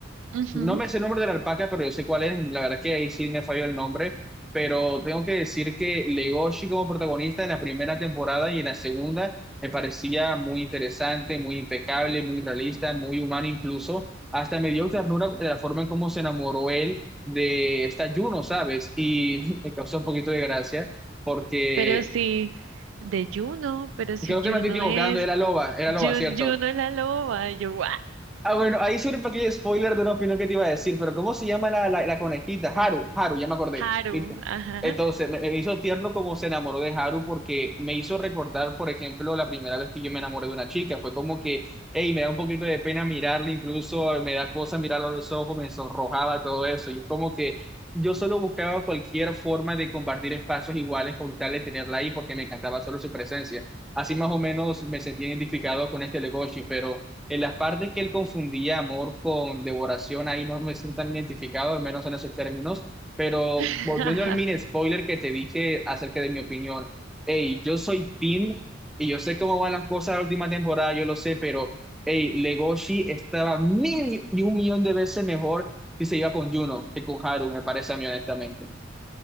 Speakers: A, on the right (about 80°); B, in the centre.
A: Ujú.
B: no me sé el nombre de la alpaca, pero yo sé cuál es. La verdad que ahí sí me falló el nombre. Pero tengo que decir que Legoshi como protagonista en la primera temporada y en la segunda me parecía muy interesante, muy impecable, muy realista, muy humano incluso. Hasta me dio ternura de la forma en cómo se enamoró él de esta Juno, ¿sabes? Y <laughs> me causó un poquito de gracia porque
A: Pero sí, de Juno, pero si
B: creo que
A: Juno
B: me estoy equivocando,
A: es,
B: era loba, era
A: Jun-
B: loba, ¿cierto?
A: Juno, es la loba, y yo, ¿what?
B: Ah, bueno, ahí sobre un pequeño spoiler de una opinión que te iba a decir, pero ¿cómo se llama la, la, la conejita? Haru, Haru, ya me acordé.
A: Haru,
B: Listo.
A: ajá.
B: Entonces, me, me hizo tierno como se enamoró de Haru porque me hizo recordar, por ejemplo, la primera vez que yo me enamoré de una chica. Fue como que, hey, me da un poquito de pena mirarla, incluso me da cosa mirarla a los ojos, me sonrojaba, todo eso. Y es como que yo solo buscaba cualquier forma de compartir espacios iguales con tal de tenerla ahí porque me encantaba solo su presencia. Así más o menos me sentí identificado con este Legoshi, pero. En las partes que él confundía amor con devoración, ahí no me siento tan identificado, al menos en esos términos. Pero
A: <laughs>
B: volviendo al mini spoiler que te dije acerca de mi opinión, hey, yo soy Tim y yo sé cómo van las cosas de la última temporada, yo lo sé, pero hey, Legoshi estaba mil y un millón de veces mejor si se iba con Juno que con Haru, me parece a mí, honestamente.